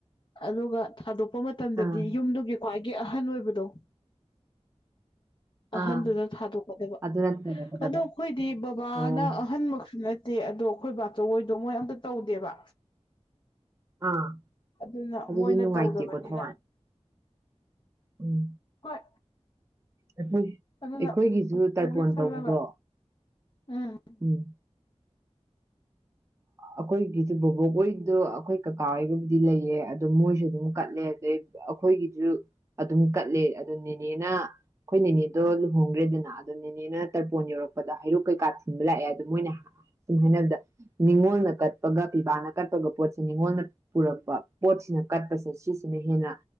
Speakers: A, on the left (about 45°); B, on the right (about 25°).
A: ꯑꯗꯨꯒ ꯊꯥꯗꯣꯛꯄ ꯃꯇꯝꯗꯗꯤ
B: ꯑꯥ
A: ꯌꯨꯝꯗꯨꯒꯤ ꯈ꯭ꯋꯥꯏꯒꯤ ꯑꯍꯟ ꯑꯣꯏꯕꯗꯣ ꯑꯍꯟꯗꯨꯅ
B: ꯑꯥ
A: ꯊꯥꯗꯣꯛ <unintelligible>
B: ꯑꯗꯨꯅ ꯊꯣꯡꯉꯛꯀꯗꯕ
A: ꯑꯗꯣ ꯑꯩꯈꯣꯏꯗꯤ ꯕꯕꯥꯅ
B: ꯑꯣ
A: ꯑꯍꯥꯜ ꯑꯍꯟꯃꯛꯁꯨ ꯅꯠꯇꯦ ꯑꯗꯣ ꯑꯩꯈꯣꯏ ꯕꯥꯆꯧꯍꯣꯏꯗꯣ ꯃꯣꯏ ꯑꯝꯇ ꯇꯧꯗꯦꯕ
B: ꯑꯥ
A: ꯑꯗꯨꯅ
B: ꯑꯗꯨꯗꯤ
A: ꯃꯣꯏꯅ
B: ꯅꯨꯡꯉꯥꯏꯇꯦꯀꯣ
A: ꯇꯧꯗꯕꯅꯤꯅ
B: ꯊꯋꯥꯏ ꯎꯝ
A: ꯍꯣꯏ
B: ꯑꯩꯈꯣꯏꯒꯤꯁꯨ
A: ꯑꯗꯨꯅ
B: ꯇꯔꯄꯣꯟ
A: ꯄꯨꯒꯦ ꯈꯜꯂꯒ
B: ꯇꯧꯕꯗꯣ
A: ꯎꯝ
B: ꯎꯝ ꯑꯩꯈꯣꯏꯒꯤꯁꯨ ꯕꯣꯕꯣꯛꯈꯣꯏꯗꯣ ꯑꯩꯈꯣꯏ ꯀꯥꯀꯥ ꯍꯣꯏꯒꯕꯨꯗꯤ ꯂꯩꯌꯦ ꯑꯗꯣ ꯃꯣꯏꯁꯨ ꯑꯗꯨꯝ ꯀꯠꯂꯦ ꯑꯗꯩ ꯑꯩꯈꯣꯏꯒꯤꯁꯨ ꯑꯗꯨꯝ ꯀꯠꯂꯦ ꯑꯗꯨ ꯅꯦꯅꯦꯅ ꯑꯩꯈꯣꯏ ꯅꯦꯅꯦꯗꯣ ꯂꯨꯍꯣꯡꯈ꯭ꯔꯦꯗꯅ ꯑꯗꯣ ꯅꯦꯅꯦꯅ ꯇꯔꯄꯣꯟ ꯌꯧꯔꯛꯄꯗ ꯍꯩꯔꯨꯛꯛ ꯀꯩꯀꯥ ꯊꯤꯟꯕ ꯂꯥꯛꯑꯦ ꯑꯗꯣ ꯃꯣꯏꯅ ꯁꯨꯝ ꯍꯥꯏꯅꯕꯗ ꯅꯤꯉꯣꯜꯅ ꯀꯠꯄꯒ ꯄꯤꯕꯥꯅ ꯀꯠꯄꯒ ꯄꯣꯠꯁꯦ ꯅꯤꯉꯣꯜꯅ ꯄꯨꯔꯛꯄ ꯄꯣꯠꯁꯤꯅ ꯀꯠꯄꯁꯦ ꯁꯤꯁꯤꯅ ꯍꯦꯟꯅ